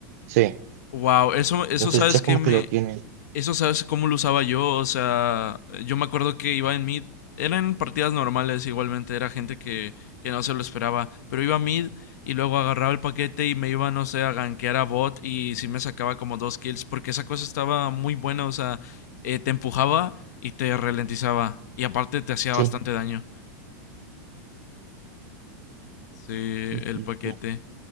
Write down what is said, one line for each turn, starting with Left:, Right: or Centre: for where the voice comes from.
Right: Sí,
Left: Wow, eso, eso
Right: entonces
Left: sabes
Right: ya como
Left: que me,
Right: que lo tienen.
Left: eso sabes cómo lo usaba yo. O sea, yo me acuerdo que iba en mid. Eran partidas normales igualmente, era gente que, que no se lo esperaba. Pero iba a mid y luego agarraba el paquete y me iba, no sé, a gankear a bot y sí me sacaba como dos kills. Porque esa cosa estaba muy buena, o sea, eh, te empujaba y te ralentizaba. Y aparte te hacía
Right: Sí.
Left: bastante daño. Sí,
Right: sí,
Left: el
Right: sí,
Left: paquete.
Right: sí.